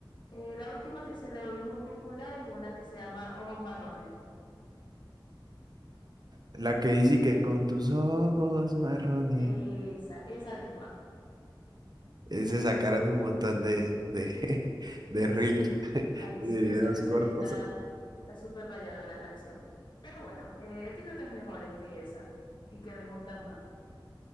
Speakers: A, on the left; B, on the right.
A: eh, la última que se le volvió muy popular es una que se llama Ojos Marrones.
B: La que dice que con tus ojos marrones.
A: Esa, esa misma.
B: eh, se sacaron un montón de, de, <laughs> de reels,
A: Sí,
B: <laughs>
A: ahí
B: de
A: sí,
B: videos
A: esa canción
B: cortos.
A: está, está súper rayada la canción. Pero bueno, eh, tiene otras mejores que esa y que me gustan más.